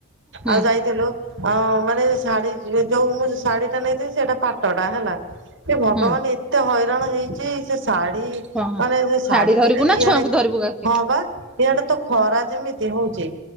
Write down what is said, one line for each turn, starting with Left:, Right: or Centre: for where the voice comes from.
Centre: ହୁଁ
Right: ଆଉ ଯାଇଥିଲୁ। ହଁ ମାନେ ଶାଢୀ ଯୋଉ ମୁଁ ଶାଢୀ ଟା ନେଇଥିନି ସେଇଟା ପାଟ ଟା ହେଲା। ଏ ଭଗବାନ
Centre: ହୁଁ
Right: ଏତେ ହଇରାଣ ହେଇଛି। ସେ ଶାଢୀ
Centre: ହଁ
Right: ମାନେ ସେ ଶାଢୀ
Centre: ଧରିବୁ
Right: ପିନ୍ଧିଲି
Centre: ନା
Right: ଇଆଡେ
Centre: ଛୁଆଙ୍କୁ ଧରିବୁ କାଖେ
Right: ହଁ ପା। ଇଆଡେ ତ ଖରା ଯେମିତି ହଉଛି